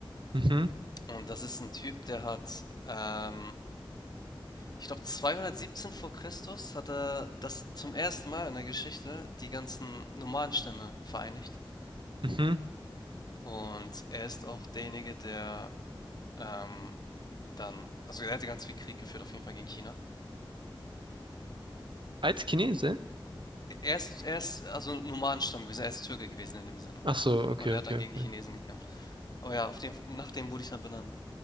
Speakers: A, on the right; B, on the left.
A: mhm,
B: Und das ist ein Typ, der hat, ähm, ich glaube, 217 vor Christus hat er das zum ersten Mal in der Geschichte die ganzen Nomadenstämme vereinigt.
A: mhm.
B: Und er ist auch derjenige, der ähm, dann, also er hatte ganz viel Krieg geführt, auf jeden Fall gegen China.
A: Als Chinese?
B: Er ist, er ist also Nomadenstamm gewesen, er ist Türke gewesen in dem Sinne.
A: Ach so, okay,
B: Und er
A: okay,
B: hat dann gegen
A: okay.
B: die Chinesen gekämpft. Aber ja, auf dem, nach dem wurde ich dann benannt.